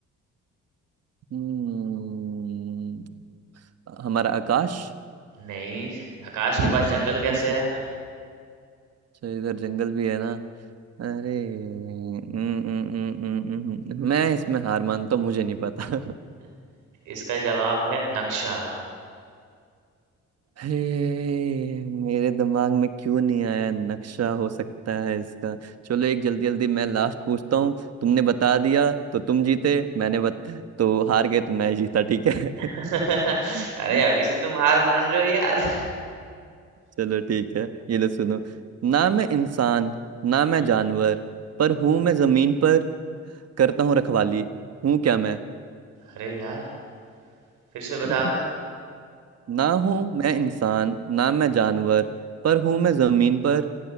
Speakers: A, on the right (about 55°); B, on the right (about 85°).
A: हम्म हमारा आकाश
B: नहीं, आकाश के पास जंगल कैसे
A: हो सकता
B: है?
A: अच्छा इधर जंगल भी है ना अरे हम्म, हम्म, हम्म, हम्म, हम्म, हम्म, मैं इसमें हार मानता हूँ मुझे नहीं पता
B: इसका जवाब है नक्शा।
A: हे मेरे दिमाग में क्यों नहीं आया नक्शा हो सकता है इसका चलो एक जल्दी जल्दी मैं लास्ट पूछता हूँ तुमने बता दिया तो तुम जीते मैंने बत... तो हार गए तो मैं जीता ठीक है
B: <laughs>
A: <laughs>
B: अरे अभी से तुम हार मान रहे हो यार।
A: चलो ठीक है ये लो सुनो ना मैं इंसान ना मैं
B: हुँ,
A: जानवर पर हूँ मैं जमीन पर करता हूँ रखवाली हूँ क्या मैं
B: अरे यार, फिर से बताना।
A: <laughs> ना हूँ मैं इंसान ना मैं जानवर पर हूँ मैं जमीन पर